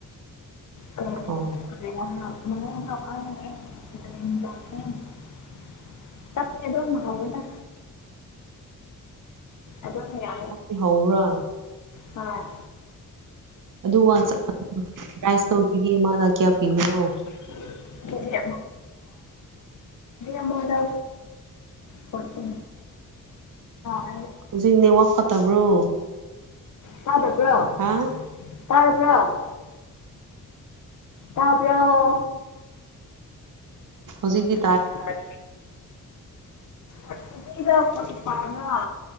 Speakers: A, on the left; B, on the right.
A: ꯑ
B: ꯎꯝ
A: <inaudible> ꯇꯄꯗꯃ ꯍꯒꯗ ꯑꯗꯨꯗ ꯌꯥ
B: ꯆꯥꯛꯇꯤ ꯍꯧꯕ꯭ꯔꯥ
A: ꯍꯝ
B: ꯑꯗꯨ꯭ꯔ ꯇꯧꯈꯤꯒꯦ ꯃꯥꯅ ꯀꯌꯥ ꯄꯤꯕꯅꯣ
A: <inaudible> ꯍꯧꯖꯤꯛ ꯑꯃꯗ ꯐꯣꯔꯇꯤ <unintelligible>
B: ꯍꯧꯖꯤꯛꯅꯦ ꯋꯥ ꯐꯠꯇꯕ꯭ꯔꯣ
A: ꯇꯥꯗꯕꯔꯣ
B: ꯍꯥꯥ
A: ꯇꯔꯕꯔꯣ ꯇꯥꯕꯔꯣ
B: ꯍꯨꯖꯤꯛꯀꯤ
A: ꯑꯥꯢ <unintelligible> ꯐꯣꯔꯇꯤ ꯐꯥꯏꯕ ꯂꯥ